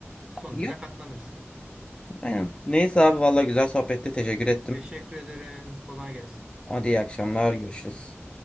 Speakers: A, on the right; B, on the left.
A: Sonucuna
B: Yok
A: katlanırsın.
B: aynen. Neyse abi vallahi güzel sohbette teşekkür ettim.
A: Teşekkür ederim. Kolay gelsin.
B: Hadi iyi akşamlar görüşürüz.